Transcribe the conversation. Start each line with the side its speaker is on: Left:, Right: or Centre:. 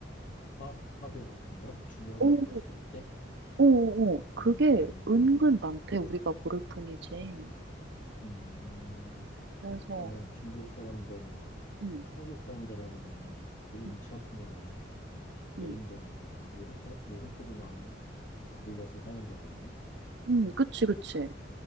Left: 화, 화교 같은 거? 중국
Right: 오,
Left: 학교까지 돼 있대?
Right: 오, 오, 그게
Left: 음,
Right: 은근 많대. 우리가 모를 뿐이지.
Left: 음,
Right: 그래서
Left: 아마 중국 사람들, 뭐,
Right: 음,
Left: 화교 사람들 하면은, 그 인천이나
Right: 음,
Left: 대림동이나,
Right: 음,
Left: 요런, 쪽- 요런 쪽에만 몰려서 사는 줄 알았네.
Right: 음, 그치, 그치.